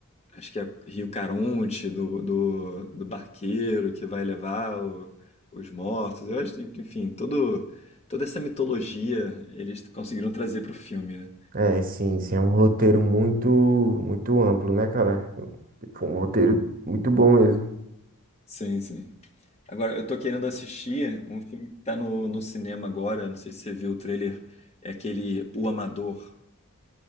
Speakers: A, on the left; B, on the right.
A: acho que é Rio Caronte, do, do, do barqueiro que vai levar o- os mortos. Eu acho, que, enfim, todo, toda essa mitologia eles conseguiram trazer pro filme, né?
B: É, sim, sim, é um roteiro muito, muito amplo, né, cara? Tipo, um roteiro muito bom mesmo.
A: Sim, sim. Agora, eu tô querendo assistir um filme que tá no, no cinema agora, não sei se você viu o trailer, é aquele O Amador,